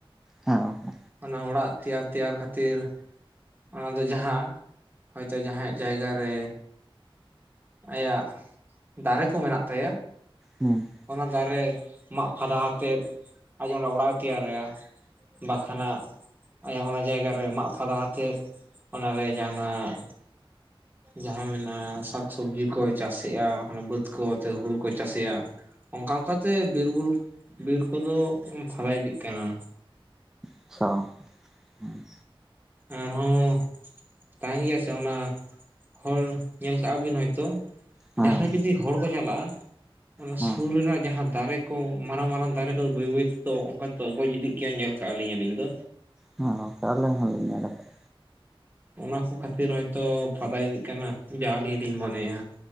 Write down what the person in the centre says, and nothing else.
ᱦᱮᱸ᱾ ᱦᱮᱸ ᱟᱪᱪᱷᱟ
ᱦᱩᱸ᱾
ᱟᱪᱪᱷᱟ ᱦᱩᱸ᱾
ᱦᱮᱸ
ᱦᱮᱸ
ᱦᱚ ᱜᱚᱝᱠᱮ ᱦᱚᱸᱞᱤᱧ ᱦᱚᱞᱤᱧ ᱧᱮᱞ ᱟᱸᱠᱟᱫ᱾